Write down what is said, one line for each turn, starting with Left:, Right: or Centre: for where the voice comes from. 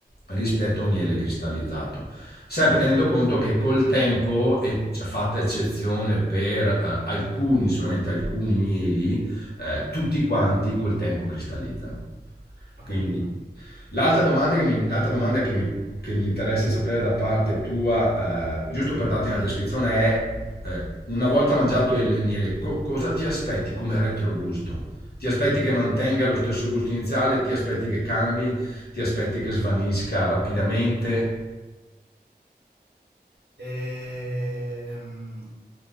Left: rispetto a un miele
Right: ok,
Left: cristallizzato. Sempre tenendo conto che col tempo, e c- fatta eccezione per eh, alcuni, solamente alcuni mieli, eh, tutti quanti col tempo cristallizzano.
Right: ho
Left: Quindi
Right: capito.
Left: L'altra
Right: Mm.
Left: domanda che mi, l'altra domanda che mi, che mi interessa sapere da parte tua, eh, giusto per darti una descrizione, è eh, una volta mangiato il, il miele, co- cosa ti aspetti come retrogusto? Ti aspetti che mantenga lo stesso gusto iniziale? Ti aspetti che cambi? Ti aspetti che svanisca rapidamente?
Right: Ehm,